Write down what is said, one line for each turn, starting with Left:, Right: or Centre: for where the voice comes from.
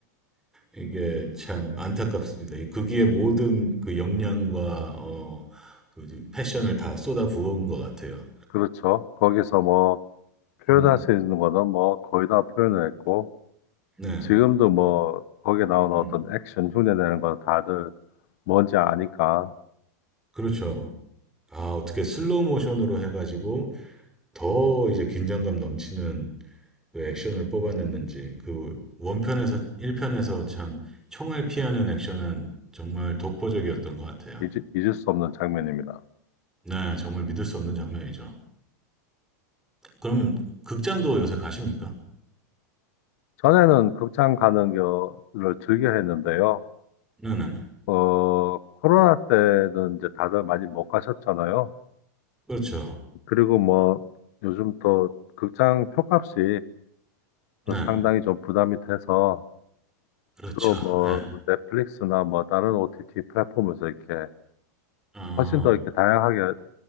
Centre: 이게 참 안타깝습니다. 이 거기에 모든 그 역량과 어, 그 패션을 다 쏟아 부은 것 같아요.
Left: 그렇죠. 거기서 뭐, 표현할
Centre: 음,
Left: 수 있는 거는 뭐, 거의 다 표현을 했고,
Centre: 네,
Left: 지금도 뭐, 거기에 나오는
Centre: 음,
Left: 어떤 액션, 흉내내는 건 다들 뭔지 아니까
Centre: 그렇죠. 아, 어떻게 슬로우 모션으로 해가지고 더 이제 긴장감 넘치는 그 액션을 뽑아냈는지 그 원편에서 1편에서 참 총을 피하는 액션은 정말 독보적이었던 것 같아요.
Left: 잊, 잊을 수 없는 장면입니다.
Centre: 네, 정말 믿을 수 없는 장면이죠. 그러면 극장도 요새 가십니까?
Left: 전에는 극장 가는 거를 즐겨 했는데요.
Centre: 네네네.
Left: 어, 코로나 때는 이제 다들 많이 못 가셨잖아요.
Centre: 그렇죠.
Left: 그리고 뭐, 요즘 또 극장 표값이
Centre: 네,
Left: 그 상당히 좀 부담이 돼서
Centre: 그렇죠.
Left: 주로 뭐
Centre: 네.
Left: 넷플릭스나 뭐 다른 OTT 플랫폼에서 이렇게
Centre: 그렇죠.
Left: 훨씬 더 이렇게
Centre: 예. 어,
Left: 다양하게